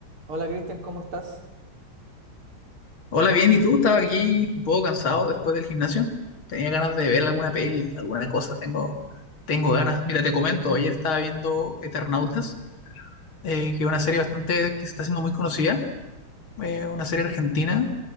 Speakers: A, on the right; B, on the left.
A: Hola Cristian, ¿cómo estás?
B: Hola, bien, ¿y tú? Estaba aquí un poco cansado después del gimnasio. Tenía ganas de ver alguna peli, alguna cosa. Tengo, tengo ganas. Mira, te comento, ayer estaba viendo Eternautas, eh, que es una serie bastante que se está haciendo muy conocida, eh, una serie argentina.